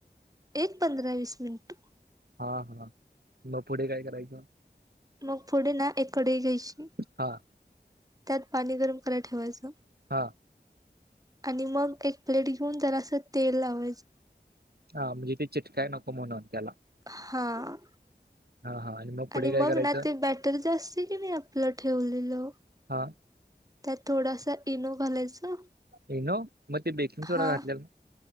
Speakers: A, on the right; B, on the right.
A: एक पंधरा वीस मिनटं.
B: हा, हां. मग पुढे काय करायचं?
A: मग पुढे ना एक कढई घ्यायची,
B: हा
A: त्यात पाणी गरम कराय ठेवायच
B: हां..
A: आणि मग एक प्लेट घेऊन जरासं तेल लावायचं.
B: हा म्हणजे ते चिटकाय नको म्हणून त्याला.
A: हां..
B: हा, हा. आणि मग. पुढे
A: आणि
B: काय
A: मग
B: करायचं
A: ना ते बॅटर जे असतंय की नाही आपलं ठेवलेलं
B: हा..
A: त्यात थोडासं इनो घालायचा,
B: इनो! मग ते बेकिंग
A: हा
B: सोडा घातलेला ना.